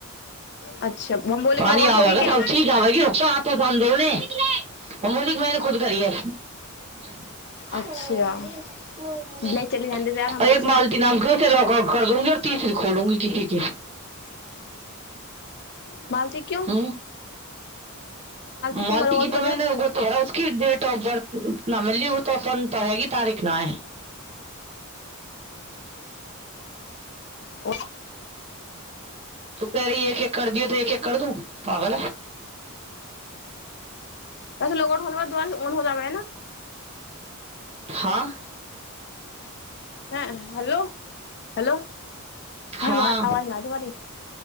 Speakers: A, on the left; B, on the right.
A: अच्छा हम बोले
B: पानी
A: लॉग आउट होगी
B: आवेगा
A: क्या
B: सब चीज आवेगी रुक <unintelligible> <unintelligible> कर दूंगीऔर
A: अच्छा ले चले जाने दे यार हमको सब
B: तीसी खोलूी किसी कि
A: <inaudible> मालती क्यों
B: ह मालती
A: क्यों लॉग आउट
B: की
A: कर
B: तऽ
A: रहे
B: मै
A: हो
B: ने त उ ट <unintelligible>
A: ओ
B: तू क एक एक कर दियौ तऽ एक एक कर दू पागल <inaudible>
A: वैसे लोगआउट हो बाद द ऑन हो जाबा
B: हाँ
A: ह? हैं हेलो हेलो
B: हाँ
A: ह आवाज नहि तमारी